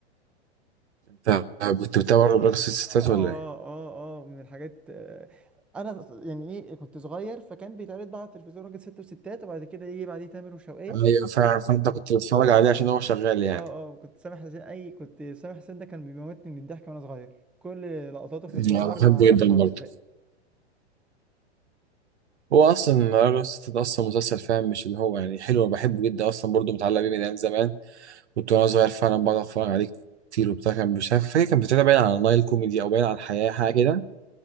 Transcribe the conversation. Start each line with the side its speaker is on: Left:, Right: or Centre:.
Right: طب كنت بتابع رقص الستات
Centre: اه
Right: ولا ايه؟
Centre: اه اه من الحاجات آه، انا يعني ايه كنت صغير فكان بيتعرض بقى على التلفزيون راجل ست وستات وبعد كده يجي بعديه تامر وشوقية
Right: ايوه فعلا فانت كنت بتتفرج عليه عشان هو شغال يعني
Centre: اه اه كنت سامح حسين اي كنت سامح حسين ده كان بيموتني من الضحك وانا صغير كل لقطاته في البازار
Right: انا
Centre: مع
Right: بحبه جدا
Centre: اشرف عبد
Right: برضه
Centre: الباقي
Right: هو اصلا رقص الستات اصلا مسلسل فاهم مش اللي هو يعني حلو بحبه جدا اصلا برضه متعلق بيه من ايام زمان كنت وانا صغير فعلا بقعد اتفرج عليه كتير وبتاع كان مش عارف فاكر كان بتابع باين على نايل كوميدي او باين على الحياه حاجه كده